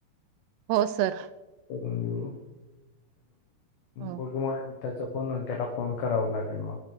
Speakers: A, on the right; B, on the left.
A: हो सर
B: करून देऊ
A: हो
B: बघ त्याचा पण त्याला फोन करावं लागेल मग